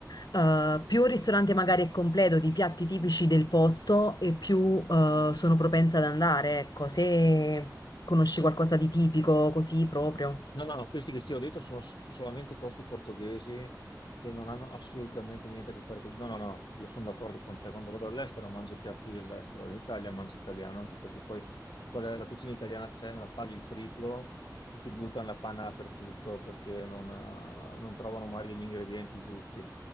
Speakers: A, on the left (about 65°); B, on the left (about 90°).
A: eh, più il ristorante magari è completo di piatti tipici del posto e più eh, sono propensa ad andare, ecco, se conosci qualcosa di tipico così proprio.
B: No, no, questi che ti ho detto sono s- solamente posti portoghesi che non hanno assolutamente niente a che fare con... No, no, no, io sono d'accordo con te, quando vado all'estero mangio piatti dell'estero, in Italia mangio italiano, anche perché poi Quella- la cucina italiana c'è, me la paghi il triplo e ti buttano la panna dappertutto perché non, eh, non trovano mai gli ingredienti giusti.